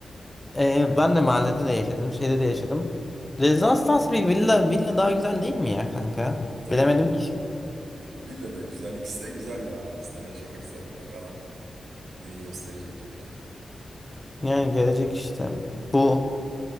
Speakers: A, on the left; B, on the right.
A: Ee, ben de mahallede de yaşadım, şeyde de yaşadım. Rezastans bir villa, villa daha güzel değil mi ya kanka?
B: ya, tabii
A: Bilemedim
B: ki
A: ki.
B: villa da güzel. İkisi de güzel ya. İkisinde de yaşamak isterim. Bakalım neyi gösterecek gelecek.
A: Yani gelecek işte. Bu.